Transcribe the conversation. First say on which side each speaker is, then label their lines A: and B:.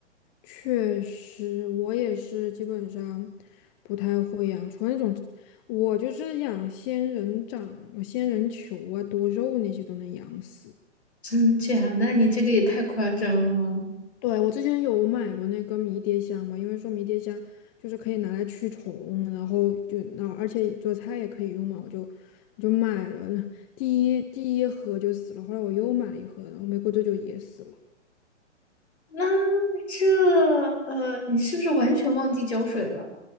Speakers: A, on the left; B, on the left.
A: 确实，我也是基本上不太会养，除了那种，我就是养仙人掌、仙人球啊、多肉那些都能养死。
B: 真假？那你这个也太夸张了。
A: 对，我之前有买过那个迷迭香嘛，因为说迷迭香就是可以拿来驱虫，然后就那而且做菜也可以用嘛，我就我就买了，第一第一盒就死了，后来我又买了一盒，然后没过多久也死了。
B: 那这呃，你是不是完全忘记浇水了？